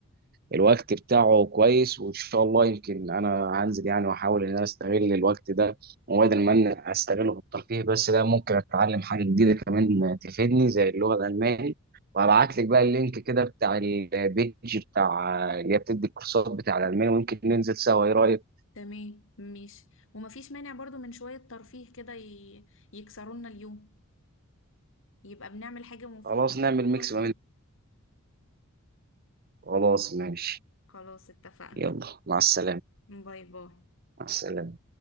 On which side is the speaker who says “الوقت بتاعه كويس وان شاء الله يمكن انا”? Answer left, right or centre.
Right